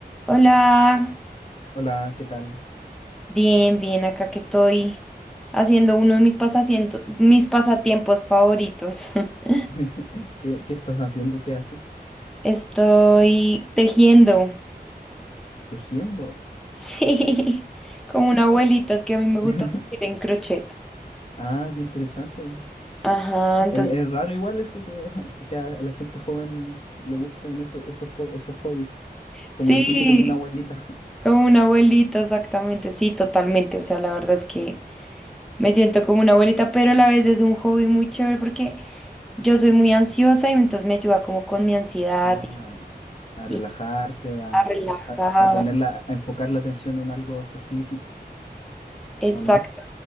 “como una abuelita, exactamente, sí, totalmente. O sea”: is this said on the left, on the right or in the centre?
Centre